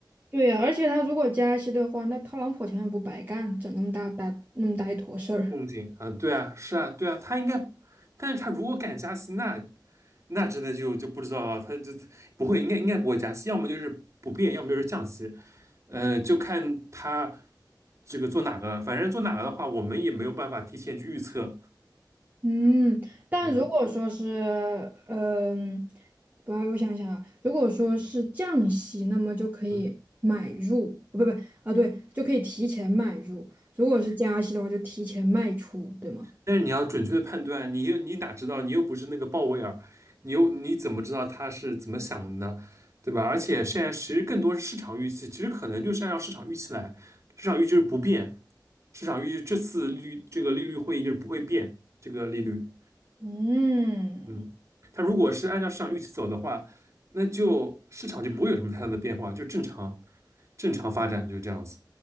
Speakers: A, on the right; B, on the right.
A: 对呀、而且他如果加息的话，那特朗普钱也不白干，整那么大大那么大一坨事儿。
B: 动静啊，对啊，是啊，对啊，他应该，但是他如果敢加息，那那真的就就不知道了，他就不会，应该应该不会加息，要么就是不变，要么就是降息。嗯，就看他这个做哪个了。反正做哪个的话，我们也没有办法提前去预测。
A: 嗯，但如果说是，
B: 嗯
A: 嗯、我我想想啊，如果说是降息，那么就可以买入，
B: 嗯，
A: 哦不不啊，对，就可以提前买入；如果是加息的话，就提前卖出，对吗？
B: 但是你要准确的判断，你又你哪知道？你又不是那个鲍威尔，你又你怎么知道他是怎么想的呢？对吧？而且现在其实更多是市场预期，其实可能就是按照市场预期来，市场预期是不变，市场预期这次利率这个利率会议就是不会变这个利率。
A: 嗯，
B: 嗯，它如果是按照市场预期走的话，那就市场就不会有什么太大的变化，就正常正常发展，就这样子。